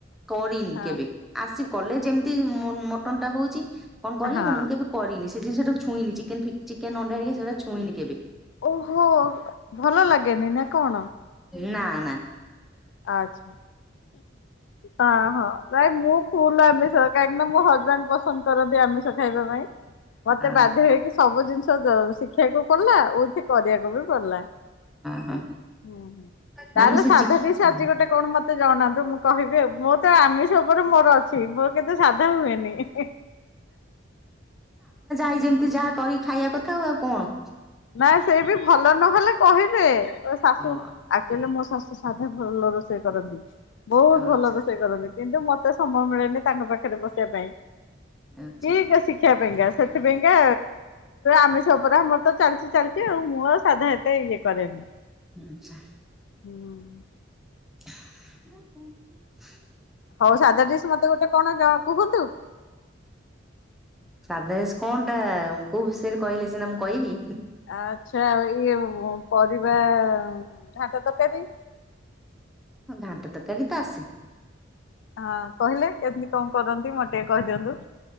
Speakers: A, in the centre; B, on the left.
A: କରିନି
B: ହଁ
A: କେବେ। ଆସିବ କଲେ ଯେମିତି ମ ମଟନ ଟା ହଉଚି କଣ କରିହବନି
B: ହଁ
A: ମୁଁ କେବେ କରିନି। ସେ ଜିନିଷ ଜମା ଛୁଇଁନିି ଚିକେନ ଫିକେ ଚିକେନ୍ ଅଣ୍ଡା ହେରିକା ସେଗୁଡାକ ଛୁଇଁନି କେବେ।
B: ଓହୋ, ଭଲ ଲାଗେନି ନା କଣ?
A: ନା ନା।
B: ଆଛା, ହଁ ହଁ ନାଇଁ ମୁଁ ଫୁଲ ଆମି ଷ କାହିଁକି ନା ମୋ ହଜବାଣ୍ଡ ପସନ୍ଦ କରନ୍ତି ଆମିଷ ଖାଇବା ପାଇଁ, ମତେ
A: ଅ
B: ବାଧ୍ୟ ହେଇକି ସବୁ ଜିନିଷ ଦ ଶିଖିବାକୁ ପଡିଲା ଉଇଥି କରିବାକୁ ବି ପଡିଲା।
A: ହଁ।
B: ହୁଁ ହୁଁ।
A: ନା
B: ତାଲେ
A: ମୁଁ ସେ
B: ସାଧା
A: ଚିକେନ
B: ଡିସ୍ ଆଜି ଗୋଟେ କଣ ମତେ ଜଣାନ୍ତୁ ମୁଁ କହିବି ଆଉ। ମୁଁ ତ ଆମିଷ ଉପରେ ମୋର ଅଛି ମୋର କିନ୍ତୁ ସାଧା ହୁଏନି। ହିଁ।
A: ଏଇ ଯେମିତି ଯା କରିିକ୍ ଖାଇବା କଥା ଆଉ ଆଉ କଣ।
B: ନାଇଁ ସେ ବି ଭଲ ନହେଲେ କହିବେ, ଓ ଶାଶୁ
A: ହଁ
B: ଆକ୍ଚୁଆଲିରେ ମୋ ଶାଶୁ ସାଧା ଭଲ ରୋଷେଇ କରନ୍ତି, ବହୁତ
A: ଆଚ୍ଛା
B: ଭଲ ରୋଷେଇ କରନ୍ତି। କିନ୍ତୁ ମତେ ସମୟ ମିଳେନି ତାଙ୍କ ପାଖରେ ବସିବା ପାଇଁ,
A: ଆଚ୍ଛା
B: ଠିକ ଅ ଶିକ ଦେଖିବା ପାଇଁକା, ସେଥିପାଇଁକା ଆମିଷ ଉପରେ ଆମର ତ ଚାଲ ଚି ଚାଲିଚି ଆଉ, ମୁଁ ଆଉ ସାଧା ଏତେ ଇଏ କରେନି।
A: ଉମ୍ ଛା।
B: ହୁଁ।
A: ହା <inaudible>
B: ହଉ ସାଧା ଡିସ୍ ମତେ ଗୋଟେ କଣ ଜଣ କୁହନ୍ତୁ?
A: ସାଧା ଡିସ୍ କଣ ଟା କୋଉ ବିଷୟରେ କହିଲେ ସିନା ମୁଁ କହିବି।
B: ଆଚ୍ଛା ଇଏ ଉଁ ପରିବା ଘାଣ୍ଟ ତକାରୀ।
A: ହଁ ଘାଣ୍ଟ ତକାରୀ ତ ଆସେ।
B: ହଁ କହିଲେ କେମତି କଁ କରନ୍ତି, ମୋତ ଟିକେ କହିଦିଅନ୍ତୁ